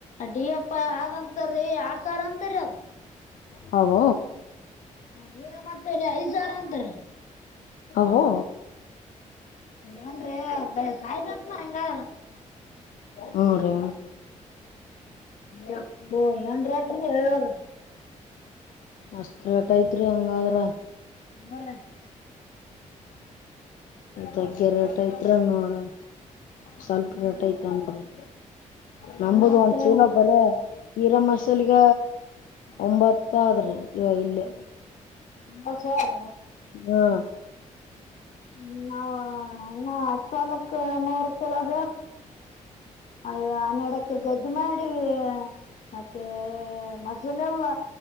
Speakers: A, on the left; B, on the left.
A: ಡಿ ಎಪ್ಪ ಆದಂತಾರೀ ಆಡ್ ಸಾವಿರ ಅಂತರಿ ಅದ
B: ಹದು
A: ನ ಏರ ಮಾಡ್ತೇರಿ ಐದ್ ಸಾವಿರ ಅಂತಾರೆ
B: ಹೋ
A: ಏನ್ರೀ ಸಾಯಿಬಪನ ಹಂಗಾರ
B: ಮುರೆ
A: ಎ ರಟಾಗ
B: ವಸ್ತ್ರ ಟ ಐತ್ರಿ ಹಂಗಾದ್ರ
A: ಬರ
B: ತಗ್ಗೆ ರೇಟ ಇದತ್ರ್ರ ನೋಡ ಸ್ವಲ್ಪ
A: ಏನ್
B: ರೋಟ ಐತೆೇನ್ರಿ ನಂಬುದು
A: ಮಾಡಿದ್ರಿ
B: ಒಂದ್ ಚೀಲ ಬ್ರ ಈರ ಮಸಾಲಗ ಒಂಬತ್ತ ಆದ್ರಿ ಇವ ಇಲ್ಲೇ
A: ಂಬ ಸಾರ
B: ಹಾ
A: ಹ್ಮ ನಾವ ಹತ್ತು ಪಾಲಕ್ ನೋಡ್ತಿಲ್ಲ ಅದ್ರ ಅ ಹನ್ನಡಕರ್ ಗದ್ದೆ ಮಾಡಿ ಮತ್ತೆ ಮಸಾಲ ಎಲ್ಲ